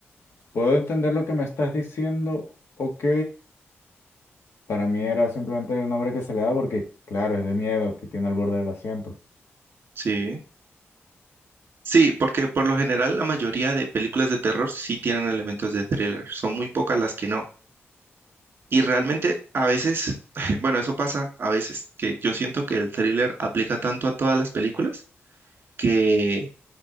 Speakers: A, on the left (about 60°); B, on the right (about 50°).
A: Puedo entender lo que me estás diciendo, ok, para mí era simplemente el nombre que se le da porque, claro, es de miedo, te tiene al borde del asiento.
B: sí. Sí, porque por lo general la mayoría de películas de terror sí tienen elementos de thriller, son muy pocas las que no. Y realmente a veces, <laughs> bueno, eso pasa a veces, que yo siento que el thriller aplica tanto a todas las películas que